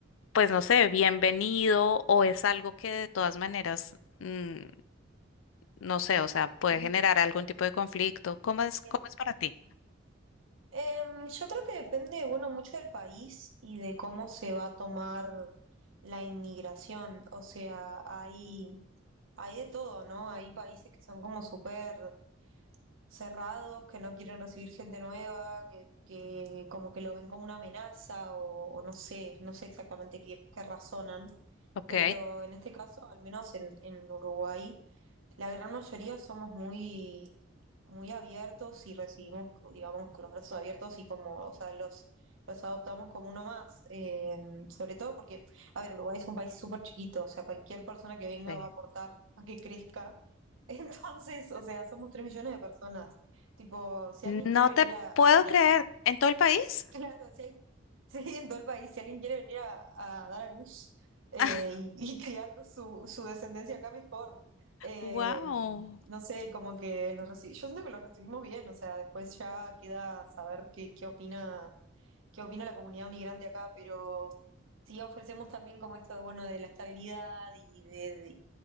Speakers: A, on the left (about 75°); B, on the right (about 75°).
A: pues no sé, bienvenido o es algo que de todas maneras, mm, no sé, o sea, puede
B: Ujú,
A: generar algún tipo de conflicto? ¿Cómo
B: Sí,
A: es,
B: sí.
A: cómo es para ti?
B: Em, yo creo que depende, bueno, mucho del país y de cómo se va a tomar la inmigración. O sea, hay, hay de todo, ¿no? Hay países que son como súper cerrados, que no quieren recibir gente nueva, que, que como que lo ven como una amenaza o, o no sé, no sé exactamente qué, qué razonan,
A: Ok,
B: pero en este caso, al menos en, en Uruguay, la gran mayoría somos muy, muy abiertos y recibimos, digamos, con los brazos abiertos y como, o sea, los, los adoptamos como uno más, eh, sobre todo porque, a ver, Uruguay es un país súper chiquito, o sea, cualquier persona que venga
A: sí.
B: va a aportar a que crezca <laughs> Entonces, o sea, somos tres millones de personas. Tipo, si
A: No
B: alguien quiere venir
A: te
B: a, a
A: puedo
B: criar,
A: creer. ¿En todo el país?
B: <laughs> claro, si, hay- <laughs> si en todo el país, si alguien quiere venir a, a dar a luz eh,
A: <laughs>
B: y, <laughs> y criar su, su descendencia acá mejor. Eh,
A: Wow.
B: no sé, como que los recibimos, yo siento que los recibimos bien, o sea, después ya queda saber qué, qué opina, qué opina la comunidad migrante acá, pero sí ofrecemos también como esto de, bueno, de la estabilidad y de